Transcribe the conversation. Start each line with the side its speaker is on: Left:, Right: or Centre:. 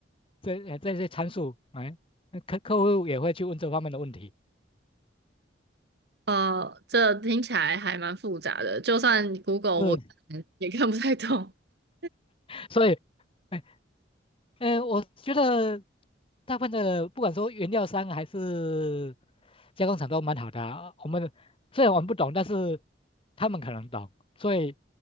Left: 这哎这些参数，哎，那客客户也会去问这方面的问题，
Right: 呃，这听起来还蛮复杂的，就算 Google
Left: 嗯，
Right: 我可能也看不太懂。<laughs>
Left: 所以哎，呃，我觉得大部分的不管说原料商还是加工厂都蛮好的啊我们虽然我们不懂，但是他们可能懂，所以